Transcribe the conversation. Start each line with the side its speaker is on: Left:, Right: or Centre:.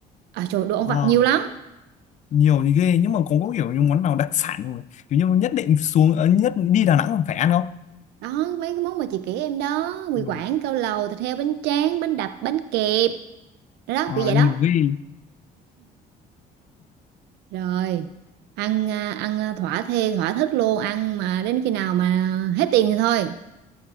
Right: À trời, đồ ăn vặt
Left: ờ
Right: nhiều lắm.
Left: nhiều thì ghê nhưng mà cũng có kiểu như món nào đặc sản rồi kiểu như nhất định xuống ờ, nhất đi Đà Nẵng còn phải ăn không
Right: Đó, mấy cái món mà chị kể em đó, mì
Left: Ừ.
Right: Quảng, cao lầu, thịt heo, bánh tráng, bánh đập, bánh kẹp. Đó, đó,
Left: Ờ,
Right: kiểu vậy
Left: nhiều
Right: đó
Left: ghê
Right: rồi ăn à, ăn à, thỏa thê thỏa thích luôn ăn mà đến khi nào mà hết tiền thì thôi